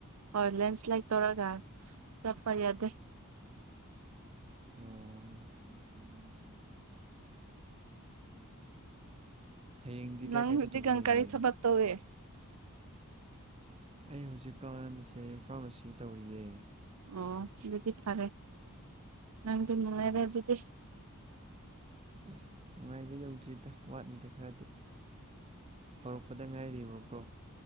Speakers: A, on the right (about 80°); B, on the right (about 30°).
A: ꯍꯣꯏ ꯂꯦꯟꯁ꯭ꯂꯥꯏꯠ ꯇꯧꯔꯒ ꯆꯠꯄ ꯌꯥꯗꯦ
B: ꯎꯝ ꯍꯌꯦꯡꯗꯤ ꯀꯥꯏ
A: ꯅꯪ
B: ꯀꯥꯏ
A: ꯍꯛꯖꯤꯀꯥꯟ
B: ꯆꯠꯇꯧꯕ ꯂꯩꯒꯦ
A: ꯀꯥꯔꯤ ꯊꯕꯛ‌ ꯇꯋꯦ
B: ꯑꯩ ꯍꯧꯖꯤꯛꯀꯥꯟꯁꯦ ꯐꯥꯔꯃꯥꯁꯤ ꯇꯧꯔꯤꯌꯦ
A: ꯑꯣ ꯑꯗꯨꯗꯤ <unintelligible> ꯐꯔꯦ ꯅꯪꯗꯤ ꯅꯨꯡꯉꯥꯏꯔꯦ
B: ꯑꯣ
A: ꯑꯗꯨꯗꯤ
B: ꯑꯁ ꯅꯨꯡꯉꯥꯏꯕ ꯌꯧꯗ꯭ꯔꯤꯗ ꯋꯥꯠꯅꯤꯗ ꯈꯔꯗꯤ ꯍꯧꯔꯛꯄꯗ ꯉꯥꯏꯔꯤꯕꯀꯣ